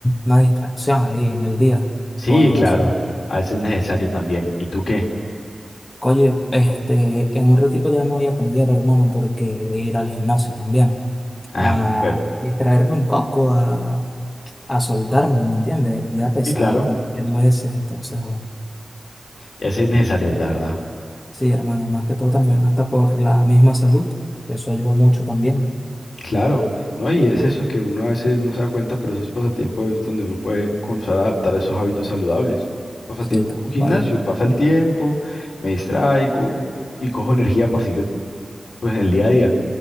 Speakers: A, on the left; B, on the left.
A: una distracción ahí en el día.
B: Sí,
A: Bueno,
B: claro,
A: eso.
B: a veces es necesario también. ¿Y tú qué?
A: Oye, este, en un ratito ya me voy a cambiar, hermano, porque voy a ir al gimnasio también.
B: Ah,
A: A
B: súper.
A: distraerme un poco, a, a soltarme, ¿me entiendes? El día pesado,
B: Sí, claro,
A: con ese, entonces, bueno.
B: y a veces es necesario, la verdad.
A: Sí, hermano, más que todo también, hasta por la misma salud, que eso ayuda mucho también.
B: Claro, ¿no? Y es eso que uno a veces no se da cuenta, pero esos pasatiempos es donde uno puede comenzar a adaptar esos hábitos saludables. Pasatiempo,
A: Sí, tal
B: un gimnasio,
A: cual.
B: pasa el tiempo, me distraigo y cojo energía para seguir pues en el día a día.